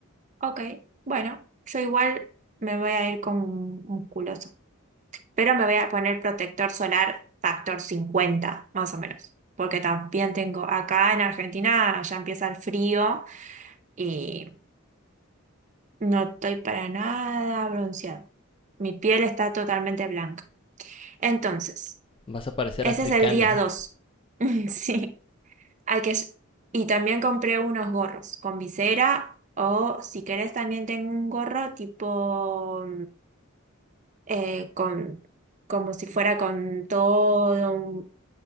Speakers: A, on the right; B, on the left.
A: ok. Bueno, yo igual me voy a ir con musculoso, pero me voy a poner protector solar factor cincuenta más o menos, porque también tengo acá en Argentina, ya empieza el frío y no estoy para nada bronceado. Mi piel está totalmente blanca. Entonces,
B: Vas a parecer
A: ese
B: africana.
A: es el día dos, <laughs> Sí. Hay que... Y también compré unos gorros con visera o si querés también tengo un gorro tipo eh, con como si fuera con todo un,